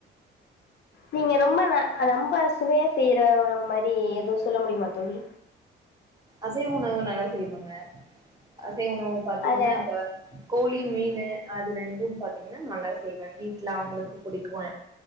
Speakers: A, on the left; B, on the right.
A: நீங்க ரொம்ப ந ரொம்ப சுவையா செய்ற உணவு மாரி எதோ சொல்ல முடியுமா தோழி
B: அசைவ உணவு நல்லா செய்வங்க அசைவ உணவு பாத்தீங்ன்னா
A: அதுல
B: இப்ப கோழி
A: ம்
B: மீனு அது ரெண்டு பாத்தீங்கன்னா நல்லா செய்வே வீட்ல அவுங்களுக்கு புடிக்கு